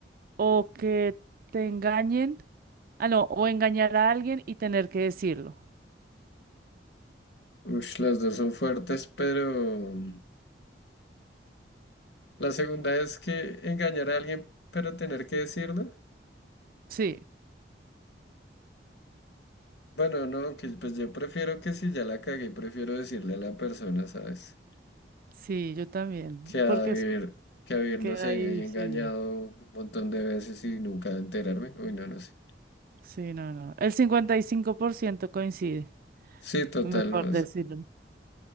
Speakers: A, on the right; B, on the left.
A: o que te engañen, ah, no, o engañar a alguien y tener que decirlo.
B: Uy, las dos son fuertes, pero... La segunda es que engañar a alguien, pero tener que decirlo.
A: Sí,
B: Bueno, no, aunque pues yo prefiero que si ya la cagué, prefiero decirle a la persona, ¿sabes?
A: sí, yo también,
B: Que a
A: porque
B: vivir,
A: eso
B: que a vivir,
A: queda
B: no sé,
A: ahí,
B: ahí engañado
A: sí,
B: un montón de veces y nunca enterarme. Uy, no, no sé.
A: sí, no, no. El 55% coincide,
B: Sí, total,
A: mejor
B: no
A: decirlo.
B: es.